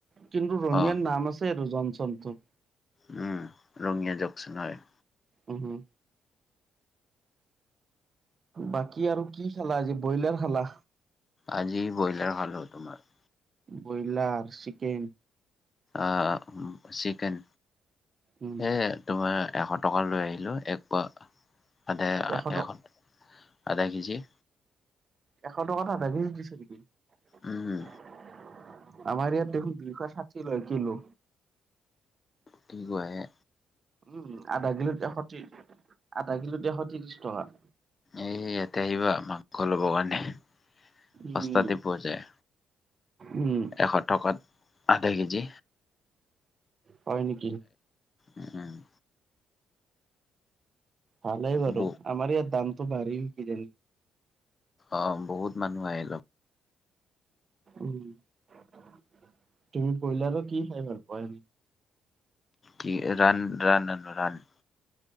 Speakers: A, on the right; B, on the left.
A: কিন্তু ৰঙিয়াত
B: অ',
A: নাম আছে আৰু জংচনটো।
B: উম ৰঙিয়া জকচন হয়।
A: উম উম, বাকী আৰু কি খালা আজি ব্ৰইলাৰ খালা?
B: আজি ব্ৰইলাৰ খালো তোমাৰ।
A: Broiler chicken.
B: অ চিকেন,
A: উম
B: এ। তোমাৰ এশ টকা লৈ আহিলো একপোৱা দেৰ
A: এশ
B: দেৰশত।
A: টকা
B: আধা কেজি।
A: এশ টকাত আধা দিছে নেকি?
B: উম,
A: আমাৰ ইয়াত দেখোন দুইশ ষাঠি লয় কিলো।
B: কি কয় হে।
A: উম আধা কিলোত এশ ত্ৰিশ আধা কিলোত এশ ত্ৰিশ টকা।
B: এই ইয়াতে আহিবা মাংস ল'ব কাৰণে সস্তাতে
A: উম
B: পোৱা যায়।
A: উম
B: এশ টকাত আধা কেজি।
A: হয় নেকি।
B: উম উম'
A: ভালেই বাৰু
B: ব
A: আমাৰ ইয়াত দামতো বাঢ়িল কি জানি।
B: অঁ বহুত মানুহ আহি লব।
A: উম তুমি ব্ৰইলাৰ কি খাই ভাল পোৱা এনে?
B: কি ৰান ৰান হেনো ৰান।